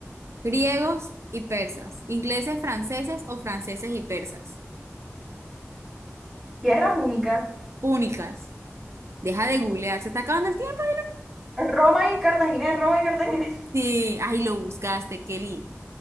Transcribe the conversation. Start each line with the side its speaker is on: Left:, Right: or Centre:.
Right: griegos y persas, ingleses, franceses o franceses y persas.
Centre: Tierras únicas.
Right: Púnicas. Deja de googlear, se está acabando el tiempo.
Centre: Roma y Cartagena, Roma y Cartagena. <laughs>
Right: Sí, ay, lo buscaste, Kelly.